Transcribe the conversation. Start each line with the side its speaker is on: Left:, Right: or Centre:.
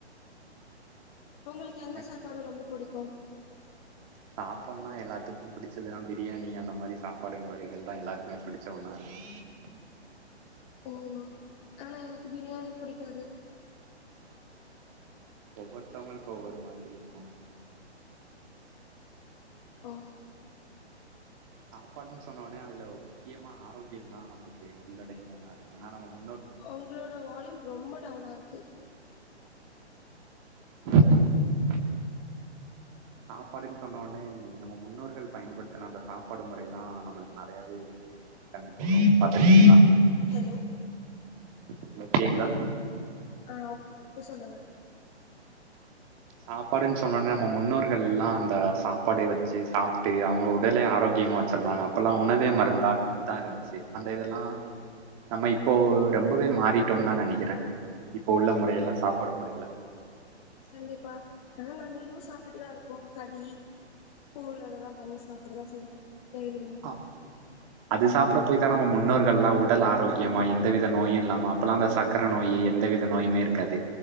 Left: உங்களுக்கு எந்த
Right: எனக்கு
Left: சாப்பாடு ரொம்ப புடிக்கும்
Right: சாப்பாடுனா எல்லாத்துக்கும் புடிச்சதுன்னா பிரியாணி அந்த மாரி சாப்பாடு வகைகள்தா எல்லாருக்குமே புடிச்ச ஒன்னா இருக்கு
Left: ஓ ஆனா எனக்கு பிரியாணி புடிக்காது
Right: ஒவ்வொருத்தவங்களுக்கு ஒவ்வொரு மாரி இருக்கும்
Left: ஓ
Right: சாப்பாடுன்னு சொன்னோனே அதுல முக்கியமா ஆரோக்கியந்தா நம்மளுக்கு உள்ளடங்கி ஒன்னா இருக் எனா நம்ம மு
Left: ஒங்களோட வால்யூம் ரொம்ப டவுனா இருக்கு
Right: <inaudible> சாப்பாடுன்னு சொன்னோனே நம்ம முன்னோ னோர்கள் பயன்படுத்தின அந்த சாப்பாடு முறை தா நம்மளுக்கு நெறையாவே கண்ணுக்கு வரு பாத்துருக்கீங்ளா
Left: ஹலோ
Right: ஹலோ கேக்குதா
Left: ஆ ஓக்கே இப்ப சொல்லுங்க
Right: சாப்பாடுன் சொன்னோனே நம்ம முன்னோர்கள்லா அந்த சாப்பாட வச்சு சாப்ட்டு அவுங்க உடலே ஆரோ க்கியமா வச்சிருந்தாங்க அப்பெல்லா உணவே மருந்தா தா இருந்துச்சு அந்த இதெல்லா நம்ம இப்போ ரொம்பவே மாறிட்டோன் தா நெனைக்கிறே இப்போ உள்ள முறைல சாப்பாடு முறைல
Left: கண்டிப்பா ஆனா நாங்க இன்னு சாப்ட்டுட்டுதா இருக்கோ களி கூழ் அதெல்லா பண்ணி சாப்படதா செய்றோ டெய்லி
Right: ஆ அது சாப்ட போய் தா நம்ம முன்னோர்கள்லா உடல் ஆரோக்கியமா எந்தவித நோயு இல்லாம அப்பல்லா அந்த ச க்கர நோயி எந்த வித நோயுமே இருக்காது